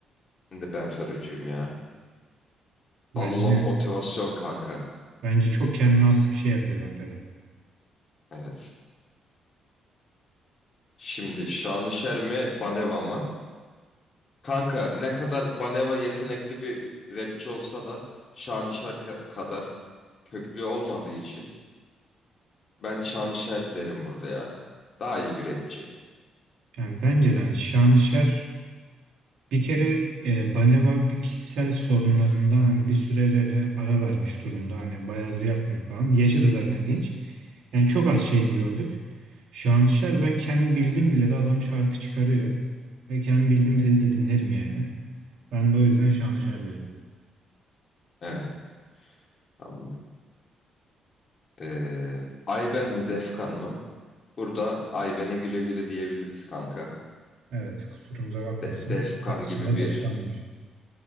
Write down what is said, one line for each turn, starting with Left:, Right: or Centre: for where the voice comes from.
Left: ben de Benferocuyum ya.
Right: Bence
Left: Al ulan motivasyon kanka.
Right: bence çok kendine has bir şey yapıyor Benfero.
Left: Evet. Şimdi Şanışer mi? Baneva mı? Kanka ne kadar Baneva yetenekli bir rapçi olsa da Şanışer ka- kadar köklü olmadığı için ben Şanışer derim burada ya. Daha iyi bir rapçi.
Right: Yani bence de hani Şanışer bir kere e, Baneva bir kişisel sorunlarından hani bir süre re- ara vermiş durumda. Hani bayağıdır yapmıyor falan. Yaşı da zaten genç. Yani çok az şeyini gördük. Şanışer
Left: Evet.
Right: ben kendim bildim bile de adam şarkı çıkarıyor. Ve kendim bildim bile de dinlerim yani. Ben de o yüzden Şanışer diyorum.
Left: Evet. Tamam. Ee, Ayben mi Defkan mı? Burada Ayben'e güle güle diyebiliriz kanka.
Right: Evet, kusurumuza bakmasın.
Left: De- Defkan
Right: Karşısında
Left: gibi bir
Right: Defkan var.